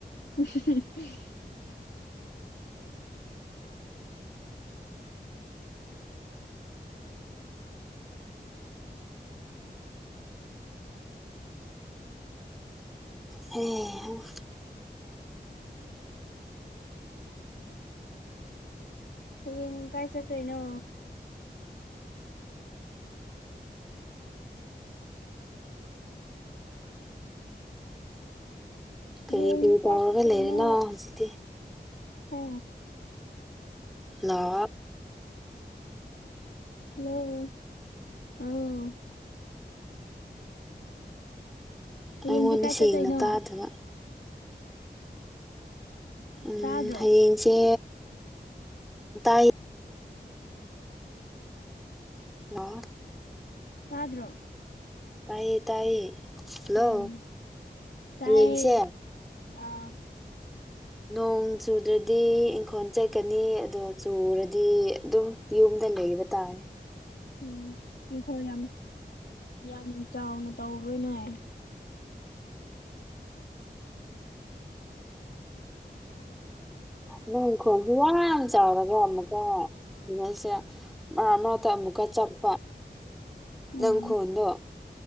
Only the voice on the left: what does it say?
<unintelligible>
ꯍꯥꯌꯦꯡ ꯀꯥꯏ ꯆꯠꯇꯣꯏꯅꯣ
ꯍꯥꯌꯦꯡꯗꯤ
ꯀꯥꯏ
ꯆꯠꯇꯣꯏꯅꯣ
ꯍꯥ
ꯍꯜꯂꯣ ꯑꯥꯎ ꯍꯌꯦꯡꯗꯤ
ꯀꯥꯏ
ꯆꯠꯇꯣꯏꯅꯣ
ꯇꯥꯗ꯭ꯔꯣ
ꯇꯥꯗ꯭ꯔꯣ
ꯎꯝ ꯇꯥꯏꯌꯦ
ꯑꯥ
ꯎꯝ ꯏꯪꯈꯣꯜ ꯌꯥꯝ ꯌꯥꯝ ꯆꯥꯎꯅ ꯇꯧꯕ꯭ꯔꯥ ꯅꯣꯏ
ꯎꯝ